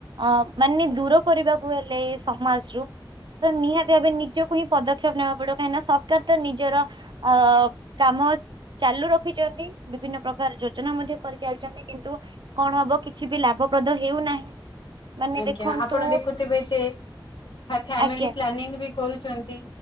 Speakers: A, on the right; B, on the left.
A: ଅଁ ମାନେ ଦୂର କରିବାକୁ ହେଲେ ଏସମାଜରୁ ତ ନିହାତି ଭାବେ ନିଜକୁହିଁ ପଦକ୍ଷେପ ନେବା ପଡ଼ିବ କାହିଁକିନା ସରକାରତ ନିଜର ଅଁ କାମ ଚାଲୁ ରଖିଚନ୍ତି। ବିଭିନ୍ନ ପ୍ରକାର ଯୋଜନା ମଧ୍ୟ କରିଚାଲିଚନ୍ତି କିନ୍ତୁ କଣ ହବ କିଛିବି ଲାଭପ୍ରଦ ହେଉନାହିଁ। ମାନେ
B: ଆଜ୍ଞା
A: ଦେଖନ୍ତୁ
B: ଆପଣ ଦେଖୁଥିବେଯେ କାଫ୍ୟାମିଲ
A: ଆଜ୍ଞା
B: ପ୍ଲାନିଂ ବି କରୁଚନ୍ତି